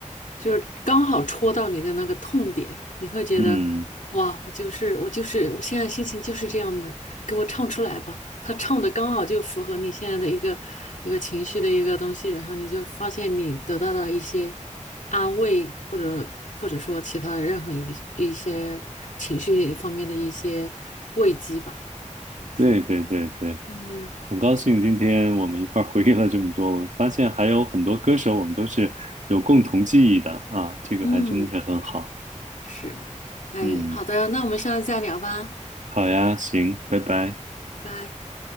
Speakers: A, on the left; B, on the right.
A: 就是刚好戳到你的那个痛点，你会觉得，
B: 嗯，
A: 哇，我就是我就是我现在心情就是这样的，给我唱出来吧。他唱的刚好就符合你现在的一个一个情绪的一个东西，然后你就发现你得到了一些安慰，或者或者说其他的任何一一些情绪方面的一些慰藉吧，属于，
B: 对对对对，
A: 嗯
B: 很高兴今天我们一块儿回忆了这么多，我发现还有很多歌手我们都是有共同记忆的啊，这个还真的是很好。
A: 嗯。是，哎，
B: 嗯。
A: 好的，那我们下次再聊吧，
B: 好呀，行，拜拜。
A: 拜拜。